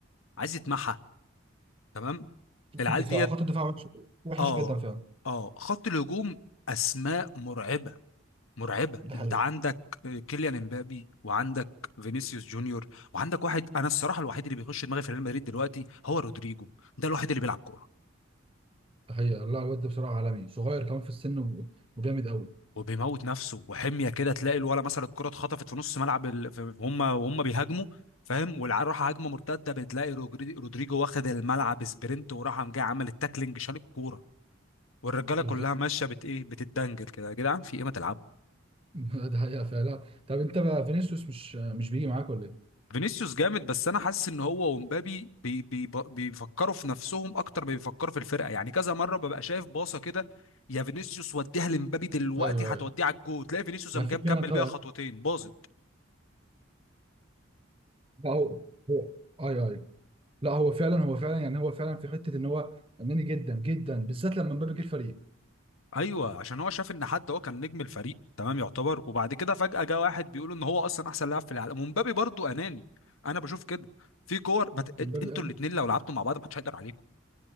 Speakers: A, on the left; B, on the right.
A: عايز يتمحى تمام
B: خط
A: العيال
B: الدفاع
A: ديت
B: خط الدفاع وحش وحش
A: اه
B: جدا فعلا
A: اه خط الهجوم اسماء مرعبه مرعبه
B: ده
A: انت
B: حقيقة
A: عندك كيليان امبابي وعندك فينيسيوس جونيور وعندك واحد انا الصراحه الوحيد اللي بيخش دماغي في ريال مدريد دلوقتي هو رودريجو ده الوحيد اللي بيلعب كوره
B: ده حقيقة لا الواد ده بصراحة عالمي صغير كمان في السن و- وجامد قوي
A: وبيموت نفسه وحميه كده تلاقي الولا مثلا الكره اتخطفت في نص ملعب ال... في- هم وهم بيهاجموا فاهم والعيال راح هجمه مرتده بتلاقي روجري- رودريجو واخد الملعب سبرنت وراح قام جاي عمل التاكلينج شال الكوره والرجاله
B: بالظبط
A: كلها ماشيه بت ايه بتتدنجل كده يا جدعان في ايه ما تلعبوا
B: <laughs> ده حقيقة فعلا طب انت بقى فينيسيوس مش مش بيجي معاك ولا ايه؟
A: فينيسيوس جامد بس انا حاسس ان هو ومبابي بي بي بيفكروا في نفسهم اكتر ما بيفكروا في الفرقه يعني كذا مره ببقى شايف باصه كده يا فينيسيوس وديها لمبابي دلوقتي
B: ايوه
A: هتوديها
B: ايوه
A: على الجول تلاقي فينيسيوس
B: لا
A: قام
B: في
A: جاي مكمل
B: فعلا
A: بيها خطوتين
B: ك-
A: باظت
B: لا هو هو ايوه ايوه لا هو فعلا هو فعلا يعني هو فعلا في حتة ان هو اناني جدا جدا بالذات لما مبابي جه الفريق
A: ايوه عشان هو شاف ان حد هو كان نجم الفريق تمام يعتبر وبعد كده فجاه جه واحد بيقول ان هو اصلا احسن لاعب في العالم ومبابي برضو اناني انا بشوف كده في كور بت...
B: مبابي
A: انتوا الاثنين لو لعبتوا مع بعض محدش هيقدر عليكم